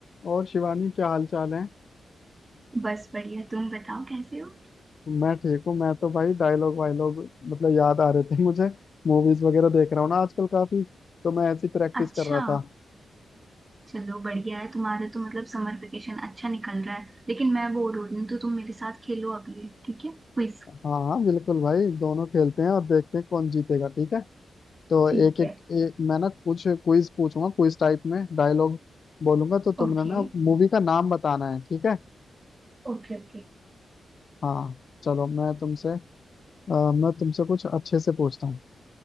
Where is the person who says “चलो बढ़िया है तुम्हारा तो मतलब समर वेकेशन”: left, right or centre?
Right